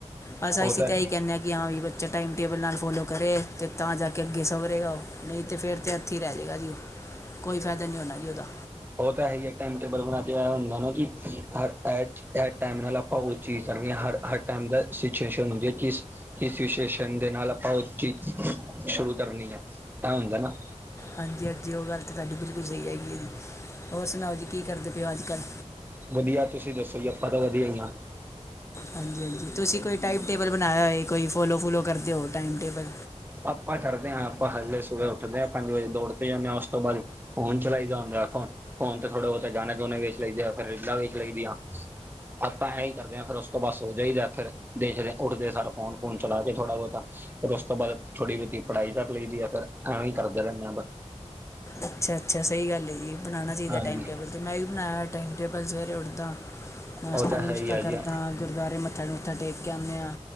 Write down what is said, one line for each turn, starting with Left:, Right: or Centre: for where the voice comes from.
Left: ਬਸ
Right: ਉਹ
Left: ਅਸੀ
Right: ਤਾਂ
Left: ਤਿ ਆ ਏਹੀ ਕਹਿੰਦੇ ਹਾਂ ਕਿ ਹਾਂ ਵੀ ਬੱਚ ਟਾਈਮ ਟੇਬਲ ਨਾਲ ਫੋਲੋ ਕਰੇ ਅਤੇ ਤਾਂ ਜਾ ਕੇ ਅੱਗੇ ਸਵਰੇਗਾ ਉਹ ਨਹੀਂ ਤਾਂ ਫਿਰ ਤਾਂ ਇੱਥੇ ਹੀ ਰਹਿ ਜਾਵੇਗਾ ਜੀ ਉਹ। ਕੋਈ ਫਾਇਦਾ ਨਹੀਂ ਹੋਣਾ ਜੀ ਉਹਦਾ।
Right: ਹੋ ਤਾਂ ਹੈ ਹੀ ਇੱਕ ਟਾਈਮ ਟੇਬਲ ਬਣਾ ਕੇ ਨ ਕੀ ਐ ਹਰ ਐਢ ਚ ਐ ਟਾਈਮ ਨਾਲ ਆਪਾਂ ਉਹ ਚੀਜ਼ ਕਰਨੀ ਹੈ ਹਰ, ਹਰ ਟਾਈਮ ਦਾ ਸਿਚੁਏਸ਼ਨ ਹੁੰਦੀ ਹੈ ਕਿ ਅ ਇਸ ਸਿਚਏਸ਼ਨ ਦੇ ਨਾਲ ਆਪਾਂ ਉਹ ਚੀ ਸ਼ੁਰੂ ਕਰਨੀ ਹੈ, ਤਾ ਹੁੰਦਾ ਨਾ
Left: ਹਾਂਜੀ, ਹਾਂਜੀ ਉਹ ਗੱਲ ਤਾਂ ਤੁਹਾਡੀ ਬਿਲਕੁਲ ਸਹੀ ਹੈਗੀ ਹੈ, ਜੀ ਹੋਰ ਸੁਣਾਓ ਜੀ ਕੀ ਕਰਦੇ ਪਏ ਅੱਜ ਕੱਲ੍ਹ
Right: ਵਧੀਆ ਤੁਸੀਂ ਦੱਸੋ ਜੀ ਆਪਾਂ ਤਾਂ ਵਧੀਆ ਹੀ ਆ।
Left: ਹਾਂਜੀ, ਹਾਂਜੀ ਤੁਸੀਂ ਕੋਈ ਟਾਈਮ ਟੇਬਲ ਬਣਾਇਆ ਹੋਏ ਕੋਈ ਫੋਲੋ, ਫੋਲੋ ਕਰਦੇ ਹੋ ਟਾਈਮ ਟੇਬਲ
Right: ਆਪਾਂ ਕਰਦੇ ਹਾਂ ਆਪਾਂ ਹਲੇ ਸਵੇਰੇ ਉੱਠਦੇ ਹਾਂ ਪੰਜ ਵਜੇ ਦੌੜਦੇ ਹਾਂ ਮੇ ਉਸ ਤੋਂ ਬਾਅਦ ਫੋਨ ਚਲਾਈਦਾ ਹੁੰਦਾ ਫੋ ਫੋਨ ਤਾਂ ਥੋੜੇ ਬਹੁਤੇ ਜਾਣੇ ਦੂਣੇ ਵੇਚ ਲੈਂਦੇ ਆ ਫਿਰ ਰੀਲਾਂ ਵੇਖ ਲਦੀਆ। ਆਪਾਂ ਐਂ ਹੀ ਕਰਦੇ ਹਾਂ ਫਿਰ ਉਸ ਤੋਂ ਬਸ ਹੋ ਜਾਈਦਾ ਫਿਰ ਦੇਖ ਉਠਦੇ ਸ ਸਰ ਫੋਨ, ਫੋਨ ਚਲਾ ਕੇ ਥੋੜਾ ਬਹੁਤਾ ਫਿਰ ਉਸ ਤੋਂ ਬਾਅਦ ਥੋੜ੍ਹੀ ਬਹੁਤੀ ਪੜ੍ਹਾਈ ਕਰ ਲਈੈਂਦੀ ਆ ਫਿਰ ਐਵੇਂ ਹੀ ਕਰਦੇ ਰਹਿੰਦੇ ਆ ਬਸ
Left: ਅੱਛਾ, ਅੱਛਾ ਸਹੀ ਗੱਲ। ਹੈ ਜੀ ਬਣਾਉਣਾ ਚਾਹੀਦਾ
Right: ਹਾਂਜੀ
Left: ਟਾਈਮ ਟੇਬਲ ਤੇ ਮੈਂ ਵੀ ਬਣਾਇਆ ਟਾਈਮ ਟੇਬਲ ਸਵੇਰੇ ਉੱਠਦਾ ਨਾਸ਼ਤਾ
Right: ਉਹ ਤਾਂ
Left: ਨੂਸ਼ਤਾ
Right: ਹੈ ਹੀ ਆ ਜੀ
Left: ਕਰਦਾ ਗੁਰਦੁਆਰੇ ਮੱਥਾ ਟੂੱਥਾ ਟੇਕ ਕੇ ਆਉਂਦੇ ਹਾਂ।